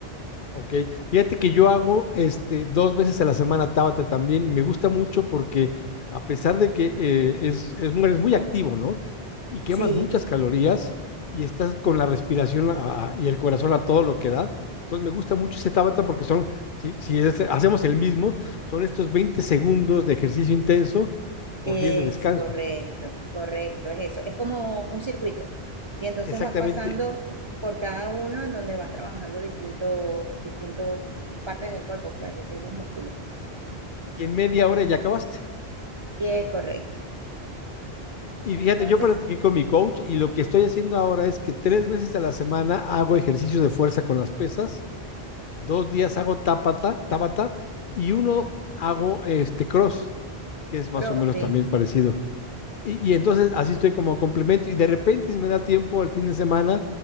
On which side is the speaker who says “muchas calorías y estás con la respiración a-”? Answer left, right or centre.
Left